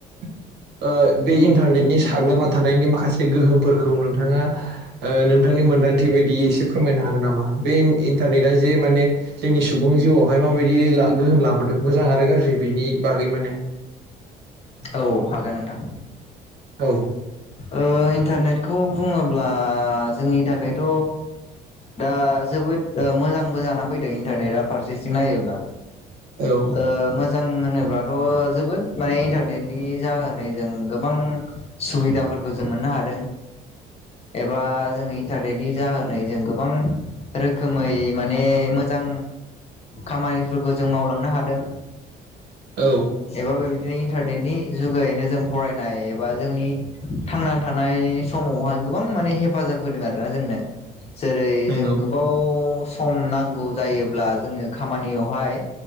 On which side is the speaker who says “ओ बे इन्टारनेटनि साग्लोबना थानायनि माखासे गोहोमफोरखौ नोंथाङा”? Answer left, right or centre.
Right